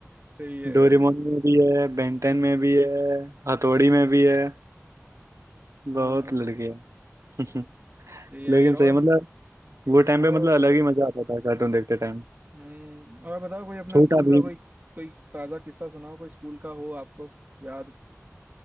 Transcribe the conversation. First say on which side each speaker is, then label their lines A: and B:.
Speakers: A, on the right (about 35°); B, on the right (about 70°).
A: सही है
B: डोरेमोन
A: भाई
B: में भी है बेंटेन में भी है हथौड़ी में भी है बहुत
A: हाँ
B: लड़के हैं
A: सही
B: <laughs>
A: है
B: लेकिन
A: भाई
B: सही
A: और
B: है, मतलब वो टाइम
A: और,
B: पे मतलब अलग ही मजा आता था कार्टून देखते टाइम
A: हम्म, और बताओ कोई अपना
B: छोटा
A: स्कूल
B: भीम
A: का कोई कोई ताजा किस्सा सुनाओ कोई स्कूल का हो आपको याद